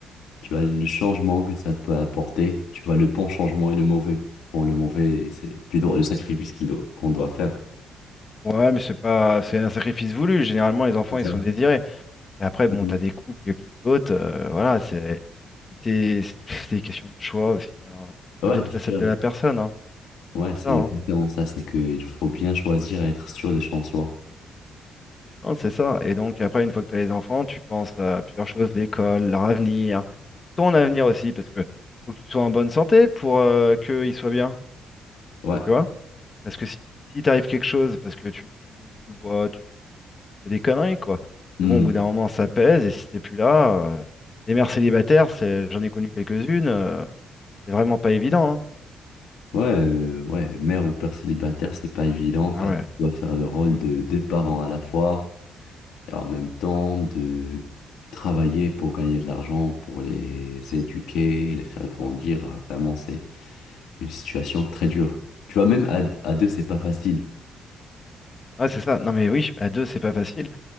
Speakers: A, on the left; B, on the left.
A: tu vois, le changement que ça peut apporter. Tu vois, le bon changement et le mauvais. Bon, le mauvais, c'est plutôt le sacrifice qu'il doit- qu'on doit faire.
B: Ouais, mais c'est pas, c'est un sacrifice voulu. Généralement, les enfants,
A: C'est
B: ils
A: ça.
B: sont désirés. Et après, bon,
A: Mhm.
B: t'as des couples qui sautent. euh, voilà, c'est, c'est, c'est des questions de choix aussi. hein. On voit
A: Ouais,
B: d'autres
A: c'est
B: facettes
A: sûr.
B: de la personne, hein.
A: Ouais,
B: C'est
A: c'est
B: ça, hein.
A: exactement ça. C'est qu'il faut bien choisir et être sûr de son soi.
B: Non, c'est ça. Et donc après, une fois que tu as les enfants, tu penses à plusieurs choses, l'école, leur avenir, ton avenir aussi, parce que faut que tu sois en bonne santé pour euh, qu'ils soient bien,
A: Ouais.
B: tu vois? Parce que si, si t'arrive quelque chose, parce que tu fumes, tu bois, tu, tu fais des conneries, quoi.
A: Mhm.
B: Mais bon, au bout d'un moment, ça pèse, et si t'es plus là, euh, les mères célibataires, c'est, j'en ai connu quelques-unes, euh, c'est vraiment pas évident, hein.
A: Ouais, euh, ouais, mère ou père célibataire, c'est pas évident parce
B: Ah ouais.
A: que tu dois faire le rôle de deux parents à la fois et en même temps de travailler pour gagner de l'argent, pour les éduquer, les faire grandir. Ah, Vraiment, c'est Une situation très dure. Tu vois, même à, à deux, c'est pas facile.
B: Ah, c'est ça. Non mais oui, à deux, c'est pas facile.